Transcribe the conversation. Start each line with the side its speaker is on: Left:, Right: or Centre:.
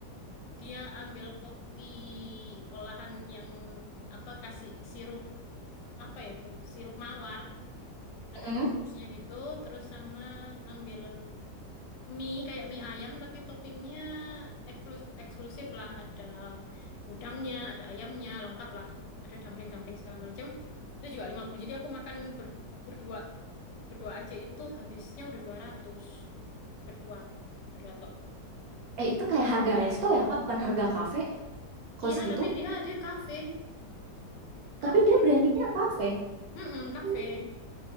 Left: Dia ambil kopi olahan yang apa kasih sirup apa ya itu? Sirup mawar, ada
Right: mm-mm.
Left: rus-rusnya gitu, terus sama ambil mie kayak mie ayam tapi toppingnya eksklusif, eksklusif lah, ada udangnya, ada ayamnya, lengkap lah. Ada dumpling-dumpling segala macam. Itu juga lima puluh Jadi aku makan ber- berdua berdua aja itu habisnya udah dua ratus Berdua, berdua tok.
Right: Eh, itu kayak harga resto ya, Kak? Bukan harga kafe. Kos
Left: Iya,
Right: gitu.
Left: tapi dia dia kafe, kafe.
Right: Tapi dia brandingnya kafe.
Left: Mm-mm, kafe.
Right: Oh,